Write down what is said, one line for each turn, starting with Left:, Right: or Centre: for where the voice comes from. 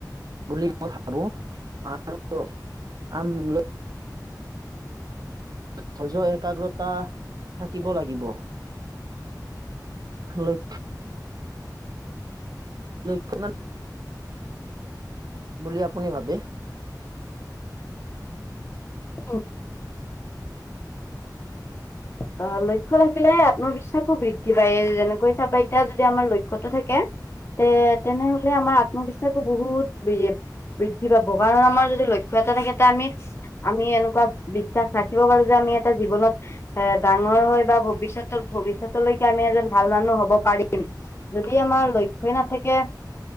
Right: বুলি মই ভাবো আৰু <unintelligible> <unintelligible> ধৈৰ্য্য একাগ্ৰতা থাকিব লাগিব। লৈ লক্ষমান বুলি আপুনি ভাবে?
Left: উ ত লক্ষ্য থাকিলে আত্মবিশ্বাসো বৃদ্ধি পায় যেনেকৈ চাবা এতিয়া যদি আমাৰ লক্ষ্যটো থাকে। তে তেনেহলে আমাৰ আত্মবিশ্বাসো বহুত বেৰিয়েপ। বৃদ্ধি পাব কাৰণ আমাৰ যদি লক্ষ্য এটা থাকে তা আমি আমি এনেকুৱা বিশ্বাস ৰাখিব পাৰো যে। আমি এটা জীৱনত। এ ডাঙৰ হয় বা ভৱিষ্যত ভৱিষ্যতলৈকে আমি এজন ভাল মানুহ হ'ব পাৰিম। যদি আমাৰ লক্ষ্যই নাথাকে।